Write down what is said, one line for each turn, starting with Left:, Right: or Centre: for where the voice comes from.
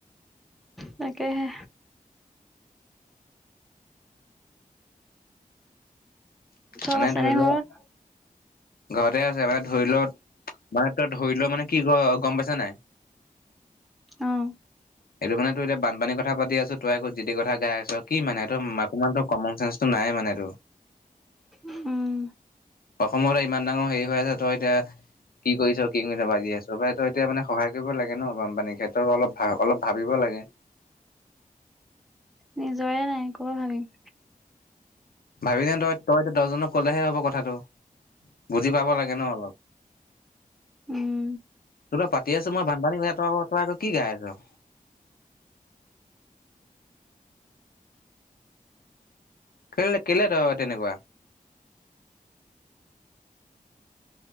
Centre: তাকেহে। চব
Left: মানে
Centre: আছেনে
Left: ধৰি লোৱা,
Centre: ঘৰত?
Left: ঘৰতে আছে বাত ধৰি ল, মানে তই ধৰি ল মানে কি গম পাইছ নাই
Centre: অ'।
Left: এইটো মানে তোৰ এতিয়া বানপানী কথা পাতি আছো তই আকৌ যি তি কথা গাই আছ কি মানে এইটো অকণমান তো কমন চেঞ্চ টো নাই মানে তোৰ।
Centre: উম।
Left: অসমৰ ইমান ডাঙৰ হেৰি হৈ আছে তই এতিয়া কি কৰিছ কিনো কথা ভাবি আছ পাই তই। এতিয়া মানে সহায় কৰিব লাগে ন বানপানীৰ ক্ষেত্ৰত অলপ ভা অলপ ভাবিব লাগে।
Centre: নিজৰে নাই ক'ৰপৰা ভাবিম।
Left: ভাবি যেন তই তই এতিয়া দহজনক কলেহে হ'ব কথাটো বুজি পাব লাগে ন অলপ।
Centre: উম।
Left: তোৰ লগত পাতিআছো মই বানপানীৰ কথা তই আকৌ তই আকৌ কি গাই আছ। কেলে কেলে তই তেনেকুৱা?